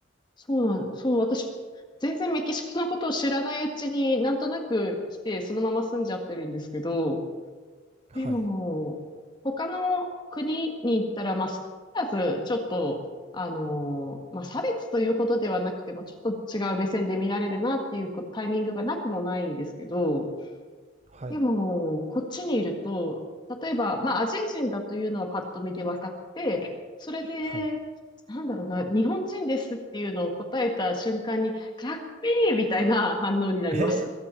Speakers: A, on the left (about 20°); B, on the right (about 35°).
A: そうなん、そう、私、全然メキシコのことを知らないうちになんとなく来て、そのまま住んじゃってるんですけど、
B: はい。
A: でも、他の国に行ったら、まあ、少なからず、ちょっと、あのーまあ、差別というほどではなくても、ちょっと違う目線で見られるなっていうこタイミングがなくもないんですけど、
B: はい。
A: でも、こっちにいると、例えば、まあ、アジア人だというのはパッと見で分かって、それで、
B: はい。
A: なんだろうな、日本人ですっていうのを答えた瞬間に、かっこいいみたいな反応になります。
B: へ